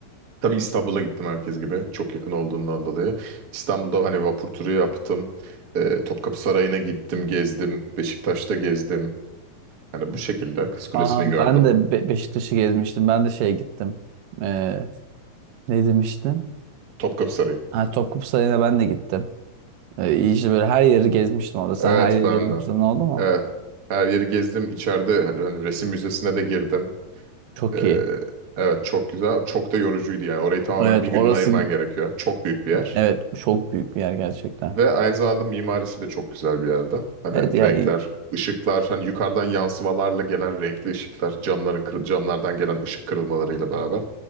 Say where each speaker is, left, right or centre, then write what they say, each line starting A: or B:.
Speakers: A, on the right; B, on the right.
A: tabii İstanbul'a gittim herkes gibi. Çok yakın olduğundan dolayı. İstanbul'da hani vapur turu yaptım. Ee, Topkapı Sarayı'na gittim, gezdim. Beşiktaş'ta gezdim. Yani bu şekilde Kız Kulesi'ni
B: Aa,
A: gördüm.
B: ben de Be- Beşiktaş'ı gezmiştim. Ben de şeye gittim. Ee, ne demiştin?
A: Topkapı Sarayı.
B: Ha, Topkapı Sarayı'na ben de gittim. Ee, iyi işte böyle her yeri gezmiştim orada. Sen
A: Evet
B: her yeri
A: ben
B: gezmişsin
A: de.
B: oldu mu?
A: Evet. Her yeri gezdim. İçeride hani resim müzesine de girdim.
B: Çok
A: Ee,
B: iyi.
A: evet çok güzel. Çok da yorucuydu yani. Orayı tamamen
B: Evet
A: bir
B: orası
A: gününe ayırman gerekiyor. Çok büyük bir yer.
B: evet çok büyük bir yer gerçekten.
A: Ve aynı zamanda mimarisi de çok güzel bir yerde. Hani
B: Evet ya
A: renkler,
B: i-
A: ışıklar, hani yukarıdan yansımalarla gelen renkli ışıklar, camların kır- camlardan gelen ışık kırılmalarıyla beraber